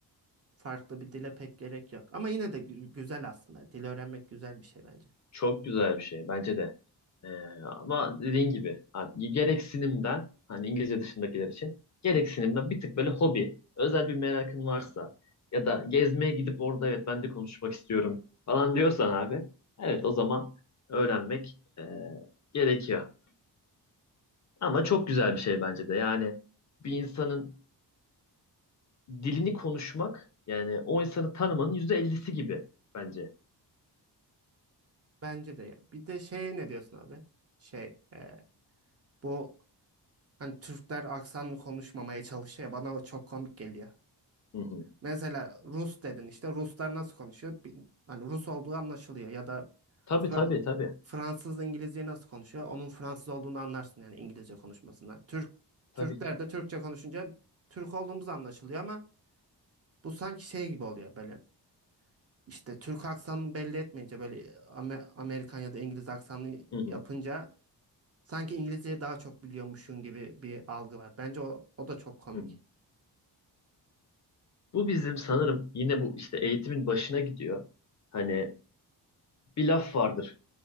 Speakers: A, on the right; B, on the left.
A: Farklı bir dile pek gerek yok. Ama yine de gü- güzel aslında. Dil öğrenmek güzel bir şey bence.
B: Çok güzel bir şey bence de. Ee, ama dediğin gibi abi, gereksinimden hani İngilizce dışındakiler için gereksinimden bir tık böyle hobi, özel bir merakın varsa
A: Ha,
B: ya da gezmeye gidip orada evet ben de konuşmak istiyorum falan diyorsan abi evet o zaman öğrenmek e, gerekiyor. Ama çok güzel bir şey bence de yani bir insanın dilini konuşmak yani o insanı tanımanın %50'si gibi bence.
A: Bence de. ya. Bir de şey ne diyorsun abi? Şey e, bu hani Türkler aksanlı konuşmamaya çalışıyor. ya, Bana o çok komik geliyor.
B: Hı hı.
A: Mesela Rus dedin işte. Ruslar nasıl konuşuyor? Bi- Hani Rus olduğu anlaşılıyor. Ya da
B: Tabii
A: Fra-
B: tabii tabii
A: Fransız İngilizce nasıl konuşuyor? Onun Fransız olduğunu anlarsın yani İngilizce konuşmasından. Türk
B: tabii
A: Türkler
B: ki.
A: de Türkçe konuşunca Türk olduğumuz anlaşılıyor ama bu sanki şey gibi oluyor böyle. İşte Türk aksanını belli etmeyince böyle e, Amer- Amerikan ya da İngiliz aksanını
B: Hı hı.
A: yapınca sanki İngilizceyi daha çok biliyormuşsun gibi bir algı var. Bence o, o da çok komik.
B: Hı hı. Bu bizim sanırım yine bu işte eğitimin başına gidiyor. Hani bir laf vardır.